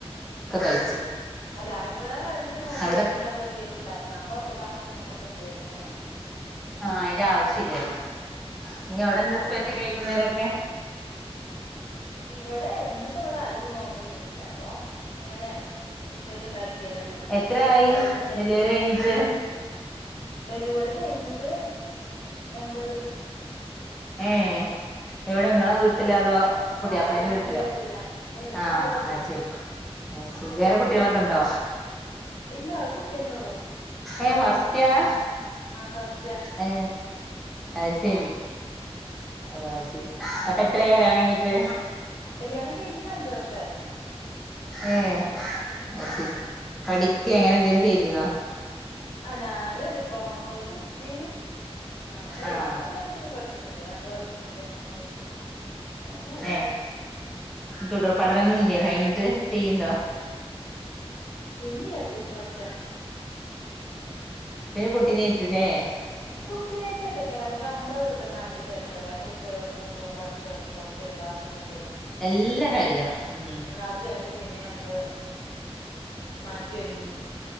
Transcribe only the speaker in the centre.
കഴിച്ചു
അവിടെ
ആഹ് അയിന്റെ ആവശ്യല്ലല്ലോ ഇനി അവിടെന്താ സ്പെഷ്യൽ
വൈകുന്നേരൊക്കെ
എത്രയായി
ഡെലിവറി കഴിഞ്ഞിട്ട്
ഏ എവിടെ
നിങ്ങളെ വീട്ടില അതോ പുതിയയാപ്പള്ളന്റെ
വീട്ടിലോ
ആഹ
അത് ശരി ശരി വേറെ കുട്ടികളൊക്കെ ഉണ്ടോ
എ ഫസ്റ്റ് ആ
ഏ അതു ശരി ഓ ശരി അപ്പൊ എത്രയായി
കല്യാണം കഴിഞ്ഞിട്ട്
ഏ അ ശരി പഠിക്ക അങ്ങനെ എന്തെങ്കലും ചെയ്തിന്നോ
ആഹ്
ഏ തുടർ പടനൊന്നും ഇല്ല കഴിഞ്ഞിട്ട് ചെയ്യണ്ടോ
പിന്നെ കുട്ടീഏറ്റൂല്ലേ
എല്ലാം
കഴിയണം
ഉം